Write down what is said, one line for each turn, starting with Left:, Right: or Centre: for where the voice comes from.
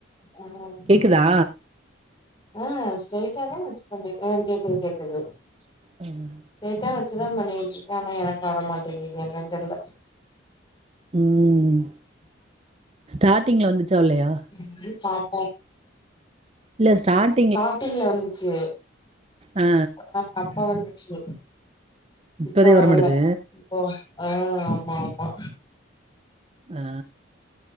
Left: ஆ
Right: கேக்குதா
Left: ஆ ஸ்ட்ரெய்ட்டாதா வச்சு பண்ண அ கேக்குது கேக்குது
Right: ம்
Left: ஸ்ட்ரயிட்டா வச்சுதா பண்ணிட்ருக்கே ஆனா எனக்கு வர மாட்டேங்குது என்னன் தெர்ல
Right: ம் ஸ்டார்ட்டிங் வந்துச்சா இல்லயா
Left: இன்று பாப்பா
Right: இல்ல ஸ்டாட்
Left: ஸ்டார்டிங்ல வந்துச்சு
Right: ஆ
Left: ஆ அப்ப வந்துச்சு
Right: இப்பதே
Left: இப்ப
Right: வரமாட்டது
Left: வரல இப்ப ஆ ஆமா ஆமா
Right: ஆ